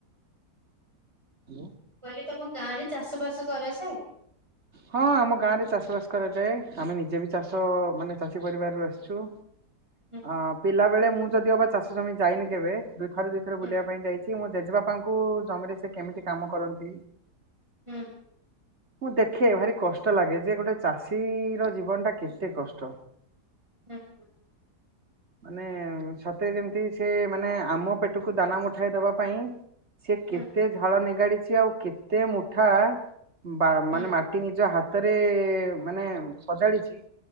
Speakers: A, on the right (about 45°); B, on the right (about 15°).
A: ହାଲୋ।
B: କହିଲେ ତମ ଗାଁରେ ଚାଷ ବାସ କରାଯାଏ?
A: ହଁ ଆମ ଗାଁରେ ଚାଷ ବାସ କରାଯାଏ ଆମେ ନିଜେବି ଚାଷ ମାନେ ଚାଷୀ ପରିବାରରୁ ଆସିଚୁ।
B: ହୁଁ
A: ଅ ପିଲା ବେଳେ ମୁଁ ଯଦି ଅବା ଚାଷ ଜମି ଯାଇନି କେବେ ଦୁଇଥର ଦୁଇ ଥର
B: ହୁଁ
A: ବୁଲିବା ପାଇଁ ଯାଇଚି ମୋ ଜେଜେବାପାଙ୍କୁ ଜମିରେ ସେକେମିତି କାମ କରନ୍ତି।
B: ହୁଁ।
A: ମୁଁ ଦେଖେ ଭାରି କଷ୍ଟ ଲାଗେ ଯେଗୋଟେ ଚାଷୀର ଜୀବନଟା କେତେ କଷ୍ଟ।
B: ହୁଁ ହୁଁ।
A: <inaudible> ମାନେ ସତେ ଯେମିତି ସେମାନେ ଆମ ପେଟକୁ ଦାନା ମୁଠାଇ ଦବା ପାଇଁ ସେକେତେ
B: ହୁଁ ହୁଁ
A: ଝାଳ ନିଗାଡ଼ିଛି ଆଉ କେତେ ମୁଠା ବା
B: ହୁଁ।
A: ମାନେ ମାଟି ନିଜ ହାତରେ ମାନେ ସଜାଡ଼ିଚି